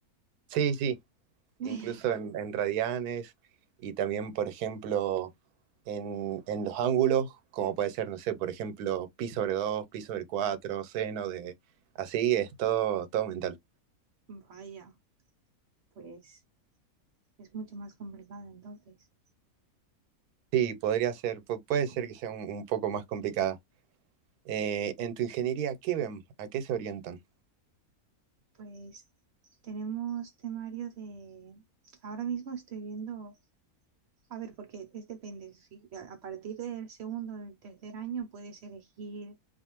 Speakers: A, on the right; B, on the right.
A: Sí, sí,
B: <laughs>
A: incluso en, en radianes y también, por ejemplo, en, en, los ángulos, como puede ser, no sé, por ejemplo, pi sobre 2 pi sobre 4 seno de... Así es todo, todo mental.
B: Vaya, pues es mucho más complicado entonces.
A: Sí, podría ser, pu- puede ser que sea un, un poco más complicada. Eh, en tu ingeniería, ¿qué ven? ¿A qué se orientan?
B: Pues tenemos temario de... Ahora mismo estoy viendo... A ver, porque es depende. Si a a partir del segundo o del tercer año puedes elegir